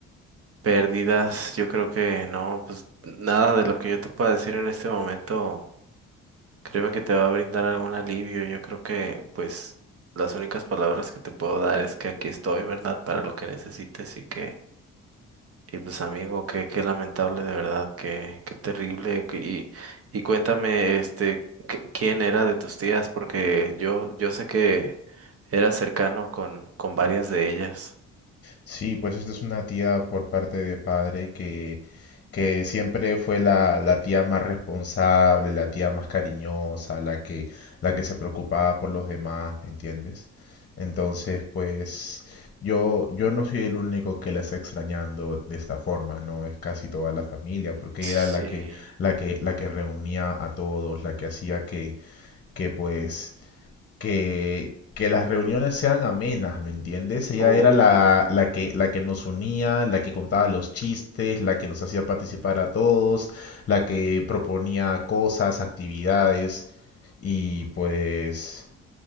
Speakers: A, on the right; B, on the left.
A: pérdidas. Yo creo que no, pues nada de lo que yo te pueda decir en este momento. Créeme que te va a brindar algún alivio. Yo creo que, pues, las únicas palabras que te puedo dar es que aquí estoy, ¿verdad? Para lo que necesites y que, y pues, amigo, qué, qué lamentable, de verdad, qué, qué terrible. que- y, y cuéntame, este, qué- quién era de tus tías, porque yo, yo sé que eras cercano con, con varias de ellas.
B: Sí, pues esta es una tía por parte de padre que, que siempre fue la, la tía más responsable, la tía más cariñosa, la que, la que se preocupaba por los demás, ¿me entiendes? Entonces, pues yo, yo no soy el único que la está extrañando de esta forma, ¿no? Es casi toda la familia, porque
A: Sí,
B: ella era la que, la que, la que reunía a todos, la que hacía que, que pues que, que las reuniones sean amenas, ¿me entiendes? Ella
A: uy,
B: era la, la que, la que nos unía, la que contaba los chistes, la que nos hacía participar a todos, la que proponía cosas, actividades y pues